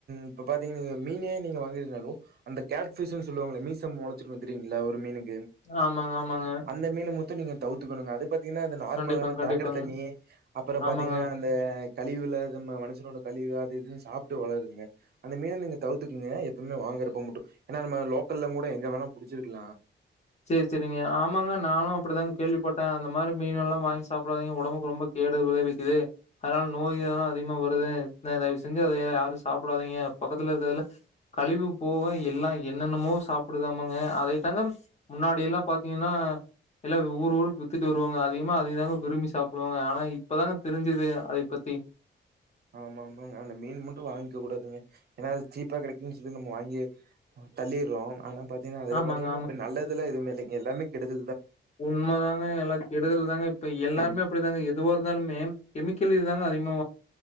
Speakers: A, on the right (about 55°); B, on the left (about 35°).
A: இப்ப பாத்தீங்க நீங்க மீன் நீங்க வாங்க இருந்தாலு அந்த கேர் பிஷ் சொல்லுவாங்க மீச மொலச்சு இருக்கூ தெரியங்களா ஒரு மீன
B: ஆமாங்க ஆமாங்க
A: அந்த மட்டு நீங்க தவித்துக்கணங்க அத பத்தி அ நார்மலான
B: கண்டிப்பாங்க, கண்டிப்பாங்க.
A: சாக்டை தண்ணி அப்புறம்
B: ஆமாங்க.
A: பாத்தீங்கன்னா அந்த கழிவுல மனசனோட கழிவு அது இதுன்னு சாப்பிட்டு வளருதுங்க அந்த மீன் நீங்க தவ்த்தக்கீங்க எப்பவுமே வாங்கறப்போ மட்டும் ஏன்னா நம்ம லோக்கல்லலாம் கூட எங்க வேணா புடிச்சிருக்கலாம்
B: செரி செரிங்க ஆமாங்க நானும் அப்படிதான்ங்க கேள்விப்பட்டே அந்த மாரி மீன எல்லாம் வாங்கி சாப்பிடாதீங்க ஒடம்புக்கு ரொம்ப கேடு விளைவிக்குது அதனால நோய்கள் எல்லாம் அதிகமா வருது தயவு செஞ்சு அதைய யாரும் சாப்பிடாதீங்க பக்கத்துல இருக்கறதுல கழிவு போக எல்லாம் என்னென்னமோ சாப்பிடதாமங்க அதைத்தாங்க முன்னாடி எல்லாம் பாத்தீங்கன்னா எல்லாம் ஊர் ஊருக்கு வித்துட்டு வருவாங்க அதிகமா அதிகதாங்க விரும்பி சாப்பிடுவாங்க ஆனா இப்பதாங்க தெரிஞ்சுது அதை பத்தி
A: ஆமா ஆமா அந்த மீன் மட்டும் வாங்கிக்க கூடாதுங்க ஏன்னாது சீப்பா கெடைக்குன்னு சொல்லி நம்ம வாங்கி தள்ளிடுறோ ஆனா பாத்தீங்கன்னா அது
B: ஆமாங்க
A: பாத்தீங்கன்னா இ நல்லதுல்லாம் இதும இலங்க எல்லாமே கெடூது
B: உண்ம தாங்க எல்லாம் கெடுதல் தாங்க இப்ப எல்லாருமே அப்டிதாங்க எதுவா இருந்தாலுமே கெமிக்கல் இதாங்க அதிகமா